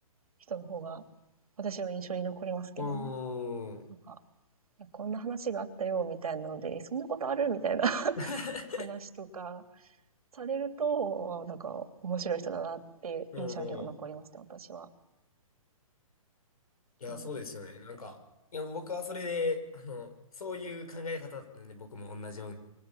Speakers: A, on the right (about 85°); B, on the left (about 90°).
A: 人の方が私は印象に残りますけどね。
B: うーん、
A: なんか、こんな話があったよ、みたいなので、そんなことあるみたいな <laughs>
B: <laughs> う
A: 話とかされると、なんか面白い人だなって印象には残りますね、
B: ーん。
A: 私は。
B: いや、
A: うん。
B: そうですよね。なんか、いや、僕はそれで、あの、そういう考え方だったんで、僕も同じように。